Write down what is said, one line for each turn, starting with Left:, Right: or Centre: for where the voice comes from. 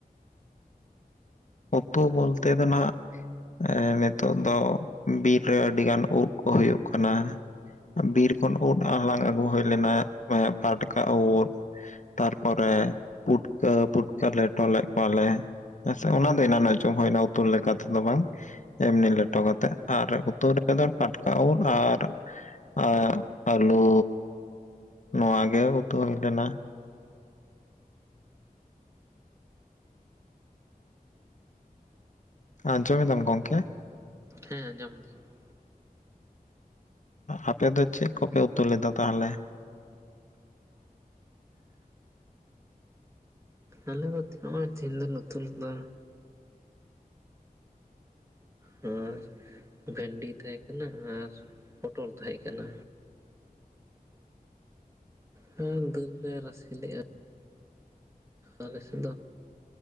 Left: ᱩᱛᱩ ᱵᱚᱞᱛᱮ ᱫᱚ ᱱᱟᱦᱟᱜ ᱮ ᱱᱤᱛᱚᱜ ᱫᱚ ᱵᱤᱨ ᱨᱮ ᱟᱹᱰᱤ ᱜᱟᱱ ᱳᱫ ᱠᱚ ᱦᱩᱭᱩᱜ ᱠᱟᱱᱟ᱾ ᱵᱤᱨ ᱠᱷᱚᱱ ᱩᱫᱽ ᱟᱨ ᱦᱟᱞᱟᱝ ᱟᱹᱜᱩ ᱦᱩᱭ ᱞᱮᱱᱟ ᱯᱟᱴᱠᱟ ᱩᱫᱽ ᱾ ᱛᱟᱨᱯᱚᱨᱮ ᱯᱩᱴᱠᱟᱹ, ᱯᱩᱴᱠᱟᱹ ᱞᱮᱴᱚᱞᱮᱫ ᱠᱚᱣᱟᱞᱮ ᱾ ᱟᱪᱷᱟ ᱚᱱᱟ ᱫᱚ ᱮᱱᱟᱱ ᱡᱚᱢ ᱦᱩᱭᱱᱟ ᱩᱛᱩ ᱞᱮᱠᱟ ᱛᱮᱫᱚ ᱵᱟᱝ ᱾ ᱮᱢᱱᱤ ᱞᱮᱴᱚ ᱠᱟᱛᱮᱜ, ᱟᱨ ᱩᱛᱩ ᱨᱮᱫᱚ ᱴᱟᱴᱠᱟ ᱩᱫᱽ ᱟᱨ ᱟᱨ ᱟᱹᱞᱩ ᱱᱚᱣᱟ ᱜᱮ ᱩᱛᱩ ᱦᱩᱭ ᱞᱮᱱᱟ ᱾ ᱟᱡᱚᱢ ᱮᱫᱟᱢ ᱜᱚᱝᱠᱮ?
Right: ᱦᱮᱸ ᱟᱸᱡᱚᱢ ᱫᱟᱹᱧ ᱾
Left: ᱟᱯᱮ ᱫᱚ ᱪᱮᱫ ᱠᱚᱯᱮ ᱩᱛᱩ ᱞᱮᱫᱟ ᱛᱟᱦᱚᱞᱮ?
Right: ᱟᱞᱮ ᱫᱚ ᱱᱚᱜᱼᱚᱭ ᱡᱤᱞ ᱞᱤᱧ ᱩᱛᱩ ᱞᱮᱫᱟ ᱾ ᱦᱮᱸ ᱵᱷᱮᱱᱰᱤ ᱛᱟᱦᱮᱸ ᱠᱟᱱᱟ ᱟᱨ ᱯᱚᱴᱚᱞ ᱛᱟᱦᱮᱸ ᱠᱟᱱᱟ᱾ ᱦᱮᱸ ᱫᱟᱹᱞ ᱞᱮ ᱨᱟᱥᱮ ᱞᱮᱜᱼᱟ᱾ ᱟᱞᱮ ᱥᱮᱫ ᱫᱚ